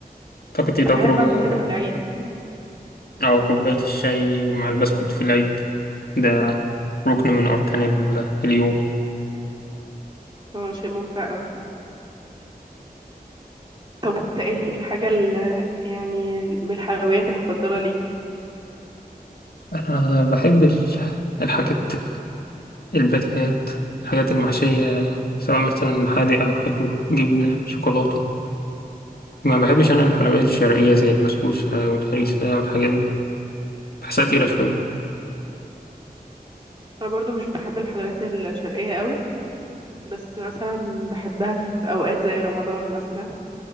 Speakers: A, on the left; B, on the right.
A: أعتقد دي تجربة
B: بحب أعمل كده في العيد
A: أو كوباية الشاي ومع البسكوت في العيد ده ركن من أركان ال- اليوم
B: هو شيء ممتع أوي طب وأنت إيه الحاجة اللي يعني من الحلويات المفضلة ليك؟
A: أنا بحب ال- الحاجات الباتيهات الحاجات المحشية سواء مثلا حادق أو حلو جبنة شوكولاتة ما بحبش أنا الحلويات الشرقية زي البسبوسة والهريسة والحاجات دي بحسها تقيلة شوية
B: أنا برضو مش بحب الحلويات الشرقية أوي بس مثلا بحبها في أوقات زي رمضان مثلا